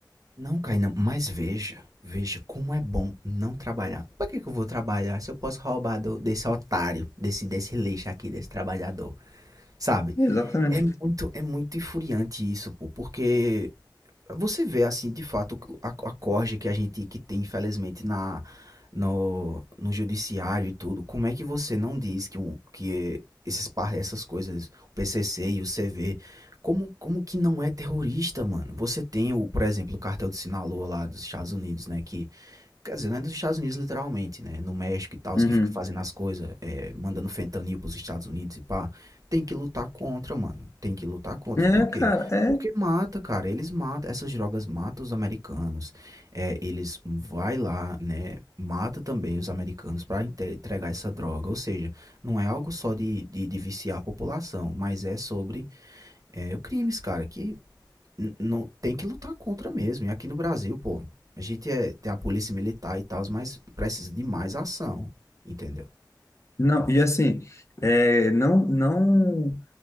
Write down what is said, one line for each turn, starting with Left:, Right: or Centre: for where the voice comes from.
Right: Não, Kainan, mas veja, veja como é bom não trabalhar. Pra que que eu vou trabalhar se eu posso roubar do- desse otário, desse, desse lixo aqui, desse trabalhador, sabe?
Left: Exatamente.
Right: É muito, é muito infuriante isso, pô, porque você vê, assim, de fato, a, a corja que a gente que tem, infelizmente, na, no, no judiciário e tudo. Como é que você não diz que, um, que esses, par- essas coisas, o PCC e o CV, como, como que não é terrorista, mano? Você tem, o, por exemplo, o cartel de Sinaloa lá dos Estados Unidos, né? Que Quer dizer, não é dos Estados Unidos literalmente, né? No México e tal,
Left: Uhum.
Right: os que ficam fazendo as coisas, é, mandando fentanil pros Estados Unidos e pá. Tem que lutar contra, mano. Tem que lutar contra.
Left: É,
Right: Por quê?
Left: cara, é.
Right: Porque mata, cara. Eles matam, essas drogas matam os americanos. É, eles vai lá, né? Mata também os americanos pra inte- entregar essa droga. Ou seja, não é algo só de, de, de viciar a população, mas é sobre é, crimes, cara, que N- Não, tem que lutar contra mesmo. E aqui no Brasil, pô, a gente é, tem a polícia militar e tal, mas precisa de mais ação, entendeu?
Left: Não, e assim, é, não, não